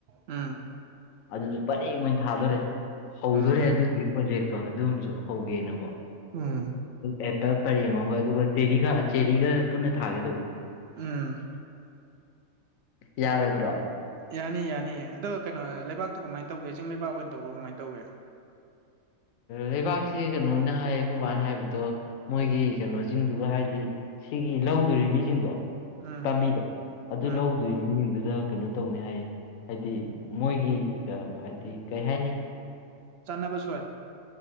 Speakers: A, on the right; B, on the left.
A: ꯎꯝ
B: ꯑꯗꯨꯗꯣ ꯄꯔꯦꯡ ꯜꯜꯑꯣꯏꯅ ꯊꯥꯗꯣꯔꯦ ꯍꯧꯗꯣꯔꯦ
A: ꯎꯝ
B: ꯑꯗꯨꯗꯨꯒꯤ ꯄ꯭ꯔꯣꯖꯦꯛ ꯇꯣ ꯑꯗꯨꯝꯁꯨ ꯍꯧꯒꯦꯅꯀꯣ
A: ꯎꯝ
B: ꯑꯦꯄꯜ ꯄꯔꯦꯡꯑꯝꯒ ꯑꯗꯨꯒ ꯆꯦꯔꯤꯒ ꯆꯦꯔꯤꯒ ꯄꯨꯟꯅ ꯊꯥꯒꯦ ꯇꯧꯕ
A: ꯎꯝ
B: ꯌꯥꯔꯣꯏꯗ꯭ꯔꯣ
A: ꯌꯥꯅꯤ ꯌꯥꯅꯤ ꯑꯗꯣ ꯀꯩꯅꯣ ꯂꯩꯕꯥꯛꯇꯣ ꯀꯃꯥꯏꯅ ꯇꯧꯒꯦ ꯆꯤꯡ ꯂꯩꯕꯥꯛ ꯑꯣꯏꯅ ꯇꯧꯕ꯭ꯔꯥ ꯀꯃꯥꯏꯅ ꯇꯧꯒꯦ
B: ꯂꯩꯕꯥꯛꯁꯦ ꯀꯩꯅꯣꯅ ꯍꯥꯏꯌꯦ ꯈꯣꯕꯥꯅ ꯍꯥꯏꯕꯗꯣ ꯃꯣꯏꯒꯤ ꯀꯩꯅꯣꯁꯤꯡꯗꯨꯒ ꯍꯥꯏꯗꯤ ꯁꯤꯒꯤ ꯂꯧꯗꯣꯔꯤ ꯃꯤꯁꯤꯡꯗꯣ
A: ꯎꯝ
B: ꯄꯥꯝꯕꯤꯗꯣ ꯑꯗꯨ
A: ꯎꯝ
B: ꯂꯧ ꯑꯗꯨꯏ ꯃꯤꯁꯤꯡꯗꯨꯗ ꯀꯩꯅꯣ ꯇꯧꯅꯤ ꯍꯥꯏ ꯍꯥꯏꯗꯤ ꯃꯣꯏꯒꯤ ꯍꯥꯏꯗꯤ ꯀꯩ ꯍꯥꯏꯅꯤ
A: ꯆꯥꯟꯅꯕ ꯁꯣꯏꯜ